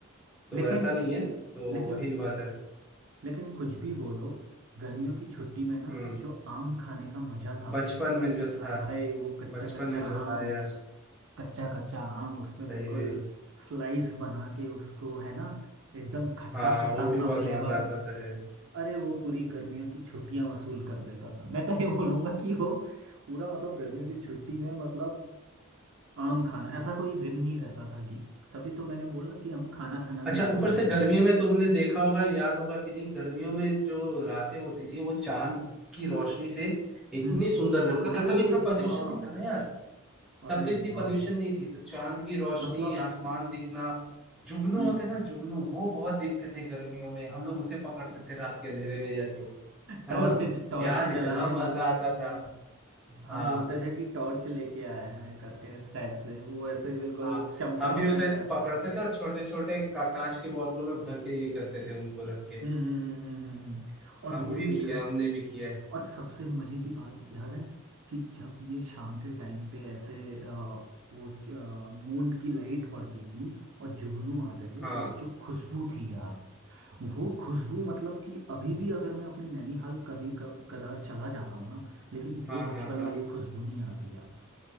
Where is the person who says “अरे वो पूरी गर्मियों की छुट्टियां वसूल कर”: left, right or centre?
Right